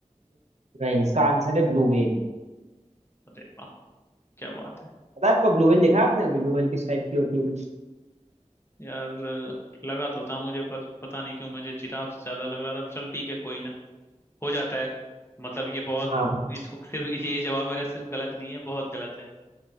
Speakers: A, on the right; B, on the left.
A: नहीं इसका आंसर है ब्लू व्हेल
B: अरे वाह क्या बात है
A: पता है आपको ब्लू व्हेल देखा है आपने कभी ब्लू व्हेल किस टाइप की होती है कुछ
B: यार लगा तो था मुझे पर पता नहीं क्यों मुझे जिराफ से ज्यादा लग रहा था चल ठीक है कोई ना हो जाता है मतलब ये बहुत
A: हाँ हाँ।
B: इसको सिर्फ ये जवाब मेरा सिर्फ गलत नहीं है बहुत गलत है